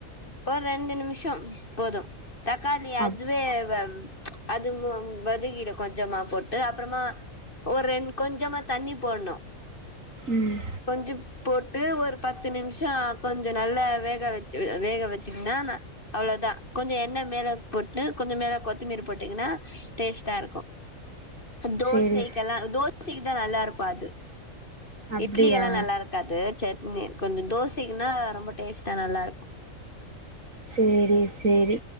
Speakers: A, on the left (about 40°); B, on the right (about 70°).
A: ஒர் ரெண்டு நிமிஷம் போதும் தக்காளி
B: அப்
A: அதுவே வ அது வதக்கீடு கொஞ்சமா போட்டு அப்றமா ஒரு ரெண்டு கொஞ்சமா தண்ணி போட்ணும்
B: ம்
A: கொஞ்ச போட்டு ஒரு பத்து நிமிஷம் கொஞ்ச நல்லா வேக வச்சு வேக வச்சுந்தானா அவ்ளோதா கொஞ்ச எண்ணெய் மேல போட்டு கொஞ்ச மேல கொத்தமீறி போடீங்கன்னா டேஸ்டாருக்கும் தோசை
B: சேரி
A: கோசிக்கிட்டா நல்லாருப்பாது
B: அப்டியா
A: இட்லி கெல்லா நல்லாருக்காது சட் நே கொஞ்ச தோசைக்குன்னா ரொம்ப டேஸ்ட்டா நல்லாருக்கும்
B: சேரி சேரி